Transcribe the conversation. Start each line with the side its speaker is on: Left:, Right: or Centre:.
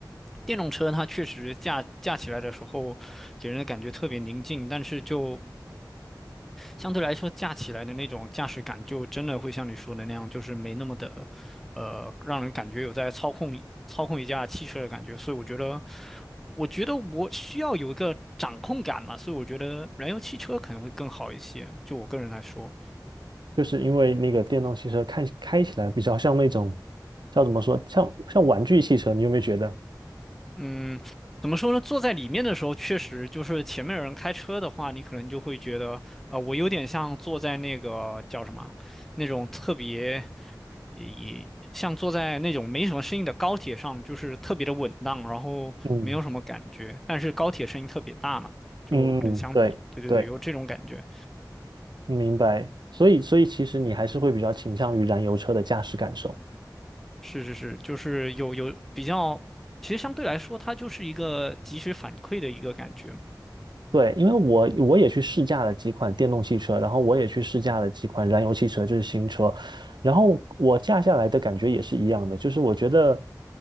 Centre: 电动车它确实驾驾起来的时候，给人的感觉特别宁静，但是就相对来说驾起来的那种驾驶感，就真的会像你说的那样，就是没那么的，呃，让人感觉有在操控操控一架汽车的感觉。所以我觉得，我觉得我需要有一个掌控感嘛，所以我觉得燃油汽车可能会更好一些，就我个人来说。
Right: 就是因为那个电动汽车看开起来比较像那种叫怎么说，像像玩具汽车，你有没有觉得？
Centre: 嗯，怎么说呢？坐在里面的时候，确实就是前面有人开车的话，你可能就会觉得，呃，我有点像坐在那个叫什么，那种特别，也像坐在那种没什么声音的高铁上，就是特别的稳当，然后没有什么感觉。
Right: 嗯
Centre: 但是高铁声音特别大嘛，就不能相比。
Right: 嗯，对对。
Centre: 对对对，有这种感觉。
Right: 明白。所以，所以其实你还是会比较倾向于燃油车的驾驶感受。
Centre: 是是是，就是有有比较，其实相对来说，它就是一个及时反馈的一个感觉嘛。
Right: 对，因为我我也去试驾了几款电动汽车，然后我也去试驾了几款燃油汽车，就是新车，然后我驾下来的感觉也是一样的，就是我觉得